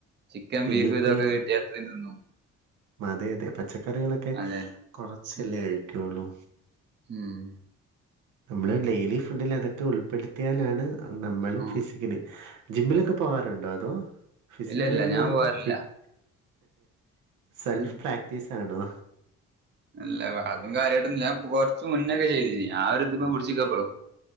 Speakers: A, on the right; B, on the right.
A: ചിക്കൻ
B: പിന്നെ
A: ബീഫും
B: ഇപ്പൊ
A: ഇതൊക്കെ
B: ഈ
A: കിട്ടിയ തിന്നും.
B: അതെ അതെ പച്ചക്കറികളൊക്കെ
A: അതെ
B: കുറച്ചല്ലേ
A: ഉം.
B: കഴിക്കുള്ളൂ.
A: ഉം.
B: നമ്മള് ഡെയിലി ഫുഡിൽ അതൊക്കെ ഉൾപ്പെടുത്തിയാലാണ്. നമ്മൾ
A: ആ.
B: ഫിസിക്കലി ജിമ്മിലൊക്കെ പോവാാറുണ്ടോ അതോ ഫിസിക്കലി
A: ഇല്ല ഇല്ല
B: എങ്ങനെയ
A: ഞാൻ പോവാറില്ല
B: ഫിറ്റ് സെൽഫ്
A: ഉം.
B: പ്രാക്ടീസ് ആണോ
A: അല്ല അതും കാര്യമായിട്ടൊന്നുല്ല. കുറച്ച് മുന്നൊക്കെ ചെയ്തീനി ആ ഒരു ഇതിമ പിടിച്ക്ക ബ്രോ